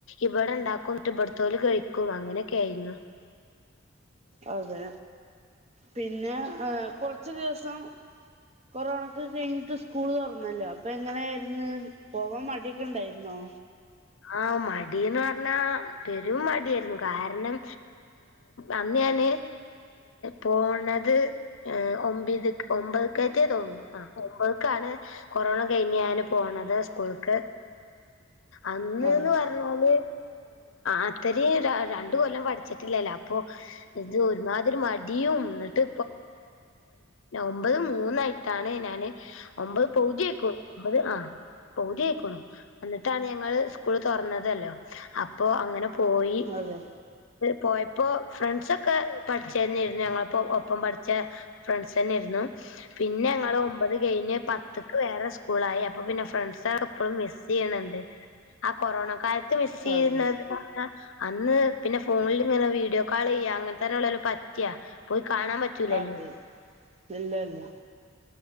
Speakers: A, on the left (about 65°); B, on the right (about 30°).
A: ഇപടെണ്ടാക്കും ന്നിട്ട് ഇപട്ത്തോല് കഴിക്കും അങ്ങനെയൊക്കെ ആയിരുന്നു
B: അതെ പിന്നെ കൊറച്ച് ദിവസം കൊറോണൊക്കെ കഴിഞ്ഞിട്ട് സ്കൂൾ തുറന്നല്ലോ അപ്പൊ എങ്ങനെയായിരുന്നു പോവാൻ മടിയൊക്കെ ണ്ടായിര്ന്നോ
A: ആഹ് മടീന്ന് പറഞ്ഞാ പെരും മടിയായിരുന്നു കാരണം അന്ന് ഞാന് പോണത് ഒമ്പത് ഒമ്പത്ക്കായിട്ടേ തോന്നു ആ ഒമ്പത്ക്കാണ് കൊറോണ കഴിഞ്ഞ് ഞാന് പോണത് സ്കൂള്ക്ക് അന്ന്ന്ന്
B: അതെ
A: പറഞ്ഞാല് അത്രരിയും രണ്ട് കൊല്ലം പഠിച്ചിട്ടില്ലല്ലോ അപ്പൊ ഇത് ഒരുമാതിരി മടിയും എന്നിട്ട് ഒമ്പത് മൂന്നായിട്ടാണ് ഞാന് ഒമ്പത് പൗതി ആയിക്ക്ണു ഒമ്പത് ആ പൗതി ആയിക്ക്ണു എന്നിട്ടാണ് ഞാൻ ങ്ങള് സ്കൂള് തൊറന്നതല്ലോ അപ്പോ അങ്ങനെ പോയി
B: അതെ
A: പോയപ്പോ ഫ്രണ്ട്സൊക്കെ പഠിച്ചെന്നെരുന്നു ഞങ്ങളപ്പോ ഒപ്പം പഠിച്ച ഫ്രണ്ട്സ്ന്നെയിരുന്നു പിന്നെ ഞങ്ങള് ഒമ്പത് കെയിഞ്ഞ് പത്ത്ക്ക് വേറെ സ്കൂളായി അപ്പൊ പിന്നെ ഫ്രണ്ട്സ് എപ്പോളും മിസ് ചെയ്യണ് ണ്ട് ആ കൊറോണ കാല ത് <unintelligible>
B: അതെ
A: ന്നത് പറഞ്ഞാ അന്ന് പിന്നെ ഫോണിലിങ്ങനെ വീഡിയോ കാൾ ചെയ്യ അങ്ങനെ തന്നെള്ളു പറ്റാ കാണാൻ പറ്റൂലല്ലോ
B: അതെ ഇല്ല ഇല്ല